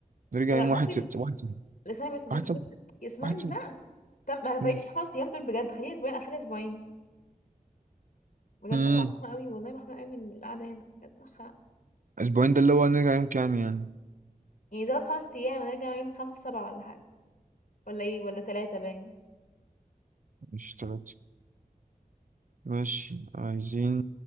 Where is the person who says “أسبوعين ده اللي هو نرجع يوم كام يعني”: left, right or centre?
Right